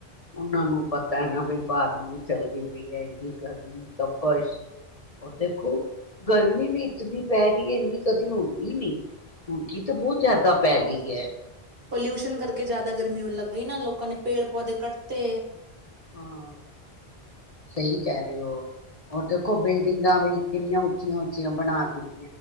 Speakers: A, on the left; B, on the right.
A: ਉਹਨਾਂ ਨੂੰ ਪਤਾ ਹੈ ਨਾ ਬਈ ਬਾਹਰ ਲੂ ਚੱਲਦੀ ਪਈ ਹੈ ਗਰਮੀ ਤਪਸ਼ ਓ ਦੇਖੋ ਗਰਮੀ ਵੀ ਜਿੰਨੀ ਪੈ ਰਹੀ ਹੈ ਇੰਨੀ ਕਦੀ ਹੁੰਦੀ ਨੀ ਹੁਣਕੀ ਤਾਂ ਬਹੁਤ ਜ਼ਿਆਦਾ ਪੈ ਗਈ ਹੈ
B: ਪੋਲਿਊਸ਼ਨ ਕਰਕੇ ਜ਼ਿਆਦਾ ਗਰਮੀ ਹੋਣ ਲੱਗ ਗਈ ਨਾ ਲੋਕਾਂ ਨੇ ਪੇੜ ਪੌਦੇ ਕੱਟਤੇ
A: ਹਾਂ ਸਹੀ ਕਹਿ ਰਹੇ ਹੋ ਹੋਰ ਦੇਖੋ ਬਿਲਡਿੰਗਾਂ ਵੀ ਕਿੰਨੀਆਂ ਉੱਚੀਆਂ ਉੱਚੀਆਂ ਬਣਾ ਦਿੱਤੀਆਂ।